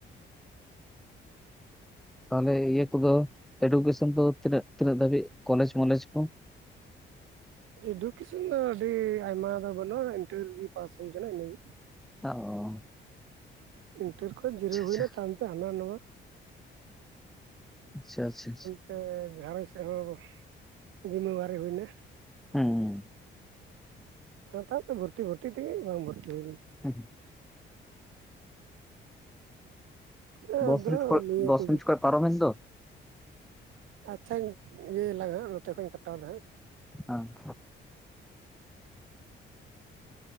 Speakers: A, in the centre; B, on the right (about 85°).
A: ᱛᱟᱦᱚᱞᱮ ᱤᱭᱟᱹ ᱠᱚᱫᱚ ᱮᱰᱩᱠᱮᱥᱚᱱ ᱫᱚ ᱛᱤᱱᱟᱹᱜ ᱛᱤᱱᱟᱹᱜ ᱫᱷᱟᱹᱵᱤᱡ ᱠᱚᱞᱮᱡᱽ ᱢᱟᱞᱮᱡᱽ ᱠᱚ?
B: ᱮᱰᱩᱠᱮᱥᱚᱱ ᱫᱚ ᱟᱹᱰᱤ ᱟᱭᱢᱟ ᱫᱚ ᱵᱟᱹᱱᱩᱜᱼᱟ, ᱤᱱᱴᱟᱨ ᱨᱮᱜᱮ ᱯᱟᱥ ᱦᱩᱭᱩ ᱟᱠᱟᱱᱟ ᱤᱱᱟᱹᱜᱮ,
A: ᱚᱻ
B: ᱤᱱᱴᱟᱨ ᱠᱷᱚᱱᱚᱡ ᱡᱤᱨᱟᱹᱣ
A: ᱟᱪᱪᱷᱟ
B: ᱦᱩᱭᱱᱟ ᱛᱟᱭᱚᱢᱛᱮ ᱦᱟᱱᱟ ᱱᱟᱣᱟ
A: ᱟᱪ ᱟᱪᱪᱷᱟ ᱟᱪᱪᱷᱟ
B: ᱛᱮ ᱜᱷᱟᱨᱚᱸᱡᱽ ᱥᱮᱫ ᱦᱚᱸ ᱡᱤᱢᱟᱹᱫᱟᱨᱤ ᱦᱩᱭᱱᱟ᱾
A: ᱦᱩᱸᱻ
B: ᱦᱚᱴᱟᱛ ᱵᱷᱚᱨᱛᱤ ᱵᱷᱚᱨᱛᱤ ᱛᱮᱜᱮ ᱵᱟᱝ ᱵᱷᱚᱨᱛᱤ ᱦᱩᱭ ᱞᱮᱱᱟ᱾
A: ᱦᱩᱸᱻ
B: ᱞᱮᱱᱟ
A: ᱫᱚᱥ
B: ᱟᱫᱚ
A: ᱢᱤᱱᱤᱴ ᱠᱚ
B: ᱱᱤᱭᱟᱹ
A: ᱫᱚᱥ
B: ᱠᱚᱜᱮ
A: ᱢᱤᱱᱤᱴ ᱠᱚ ᱯᱟᱨᱚᱢᱮᱱ ᱫᱚ?
B: ᱟᱪᱪᱷᱟᱧ ᱤᱭᱟᱹᱭ ᱞᱟᱜᱟᱜ ᱱᱚᱛᱮ ᱠᱷᱚᱡ ᱤᱧ ᱠᱟᱴᱟᱣᱫᱟ ᱦᱟᱸᱜ᱾
A: ᱟᱸ